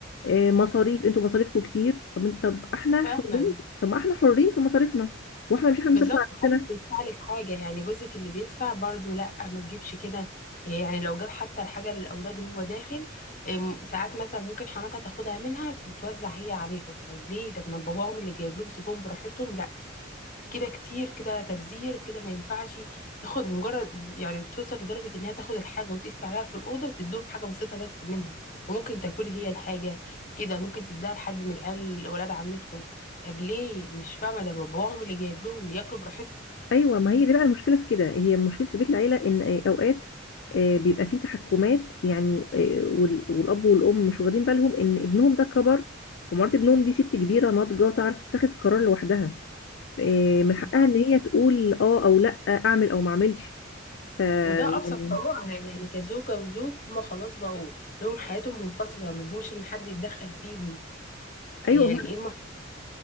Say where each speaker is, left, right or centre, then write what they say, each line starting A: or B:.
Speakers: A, on the left (about 60°); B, on the left (about 40°).
A: آه، مصاريف انتوا مصاريفكم كتير طب انت طب احنا
B: فعلا
A: حرين طب ما احنا حرين في مصاريفنا واحنا مش احنا
B: بالظبط
A: اللي بنصرف على
B: محدش
A: نفسنا
B: بيدفع لك حاجة يعني جوزك اللي بيدفع برضو لا ما تجيبش كده يعني لو جاب حتى الحاجة للأولاد وهو داخل أم، ساعات مثلا ممكن حماتها تاخدها منها وتوزع هي عليهم طب ليه طب ما باباهم اللي جايب لهم سيبهم براحتهم لا كده كتير كده تبذير كده ما ينفعش تاخد مجرد يعني توصل لدرجة انها تاخد الحاجة وتقفل عليها في الأوضة وتدوهم حاجة بسيطة بس منها وممكن تاكل هي الحاجة كده ممكن تديها لحد من العيال ولاد عمتهم طب ليه مش فاهمة ده باباهم اللي جايب لهم ياكلوا براحتهم
A: ايوه ما هي دي بقى المشكله في كده هي مشكله في بيت العيله ان اوقات آه، بيبقى فيه تحكمات يعني آه، وال- والاب والام مش واخدين بالهم ان ابنهم ده كبر ومرات ابنهم دي ست كبيره ناضجه تعرف تتخذ قرار لوحدها آه، من
B: بالظبط
A: حقها ان هي تقول اه او لا اعمل او ما اعملش ف يعني
B: وده أبسط حقوقها يعني كزوجة وزوج هما خلاص بقوا لهم حياتهم منفصلة ما لهمش إن حد يتدخل فيهم يعني
A: ايوه هو إحنا-
B: إيه